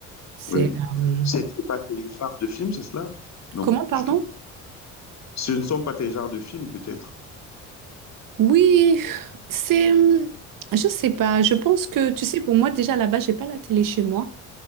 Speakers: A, on the right; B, on the left.
A: C'est
B: oui.
A: euh,
B: C'est c'est pas tes genres de films, c'est cela? Non,
A: comment, pardon?
B: du tout. Ce ne sont pas tes genres de films, peut-être.
A: Oui, c'est, hum, je sais pas. Je pense que, tu sais, pour moi déjà là-bas, j'ai pas la télé chez moi.